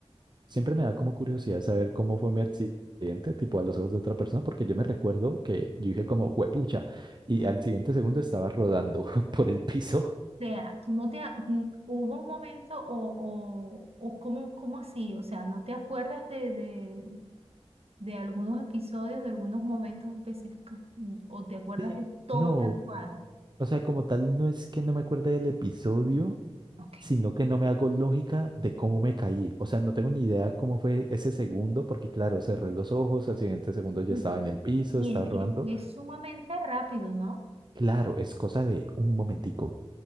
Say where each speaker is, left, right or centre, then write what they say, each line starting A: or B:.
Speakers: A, on the right (about 40°); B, on the right (about 65°).
A: Siempre me da como curiosidad saber cómo fue mi accidente, tipo a los ojos de otra persona, porque yo me recuerdo que yo dije como, juepucha, y al siguiente segundo estaba rodando <laughs> por el piso.
B: O sea, tú no te... a- n- ¿Hubo un momento o, o, o cómo, cómo así? O sea, ¿no te acuerdas de, de, de algunos episodios, de algunos momentos específicos? Mm, ¿O te acuerdas
A: Sí,
B: de todo
A: no,
B: tal cual?
A: o sea, como tal, no es que no me acuerde del episodio,
B: Ok.
A: sino que no me hago lógica de cómo me caí. O sea, no tengo ni idea cómo fue ese segundo, porque claro, cerré los ojos, al siguiente segundo ya
B: Mm.
A: estaba en el piso,
B: Y
A: estaba
B: es
A: rodando.
B: que es sumamente rápido, ¿no?
A: Claro, es cosa de un momentico.